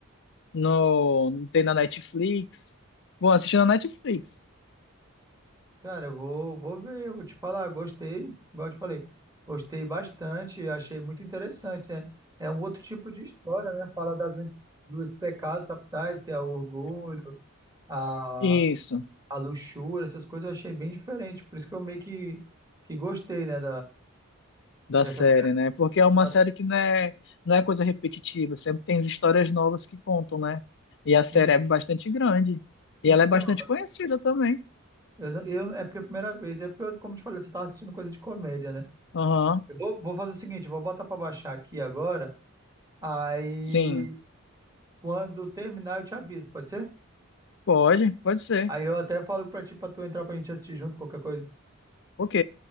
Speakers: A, on the left; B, on the right.
A: no, tem na Netflix. Bom, assistir na Netflix.
B: Cara, eu vou, vou ver. Eu vou te falar. Gostei. Igual eu te falei. Gostei bastante. Achei muito interessante, né? É um outro tipo de história, né? Fala das, dos pecados capitais, que é o orgulho, a,
A: Isso.
B: a luxúria, essas coisas eu achei bem diferente. Por isso que eu meio que, que gostei, né?
A: da
B: dessa
A: série,
B: série.
A: né? Porque
B: que
A: é uma
B: tá?
A: série que não é, não é coisa repetitiva, sempre tem as histórias novas que contam, né? E a série
B: En-
A: é bastante grande. E
B: Então,
A: ela é bastante conhecida também.
B: eu, não- eu- é porque é a primeira vez. É porque, eu, como eu te falei, você tava assistindo coisa de comédia, né?
A: Aham,
B: Eu vou, vou fazer o seguinte, eu vou botar pra baixar aqui agora. Aí,
A: sim.
B: quando terminar, eu te aviso, pode ser?
A: Pode, pode ser.
B: Aí eu até falo pra ti, pra tu entrar pra gente assistir junto, qualquer coisa.
A: Ok.